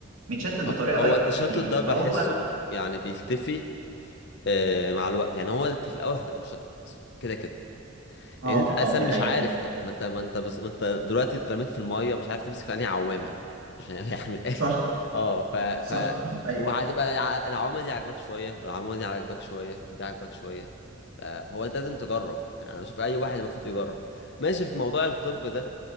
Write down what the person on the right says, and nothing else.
متشتت بطريقة
بقى
كبيرة
فهو
اه
اه دي
حقيقة
صح
صح
دي حقيقة